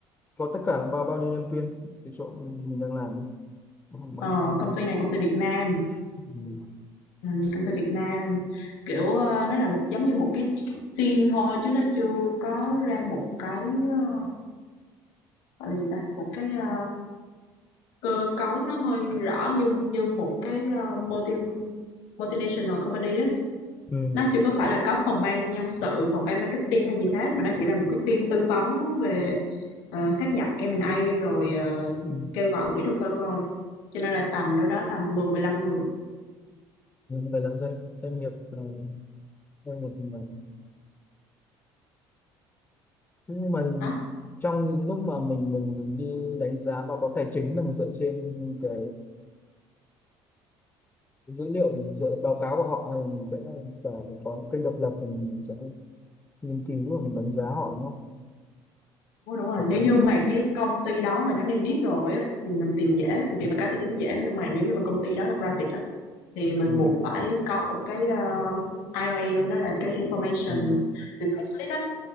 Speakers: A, on the left; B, on the left.
A: có tất cả là bao bao nhiêu nhân viên cái chỗ mình, mình đang làm ấy. Có khoảng bao
B: Ờ,
A: nhiêu nhân viên?
B: công ty này công ty Việt Nam
A: ừ.
B: Ừ, công ty Việt Nam kiểu ờ, nó là một giống như một cái team thôi chứ nó chưa có ra một cái ờ, gọi là gì ta một cái ờ, cơ cấu nó hơi rõ như như một cái ờ, multi multinational company á
A: Ừ.
B: nó chưa có phải là có phòng ban nhân sự phòng ban marketing hay gì hết mà nó chỉ là một cái team tư vấn về uh, sáp nhập M&A rồi ờ,
A: Ừ.
B: kêu gọi quỹ đầu tư thôi cho nên là tầm đâu đó tầm mười mười lăm người
A: nhưng mà là doanh doanh nghiệp ờ, doanh nghiệp mình nhưng mà
B: đó
A: trong những lúc mà mình mình mình đi đánh giá báo cáo tài chính là mình dựa trên cái dữ liệu thì mình sẽ báo cáo của họ hay là mình sẽ vào có những kênh độc lập thì mình sẽ nghiên cứu và mình đánh giá họ nhá
B: Ủa, đúng rồi
A: để có
B: nếu như
A: những
B: Ừ. mà cái công ty đó mà nó niêm yết rồi á, thì mình tìm dễ mình tìm bài cá tài chính dễ nhưng mà nếu như mà công ty đó là private á, thì mình
A: ừ,
B: buộc phải có một cái uh, IOL nó là cái information
A: ừ,
B: request list á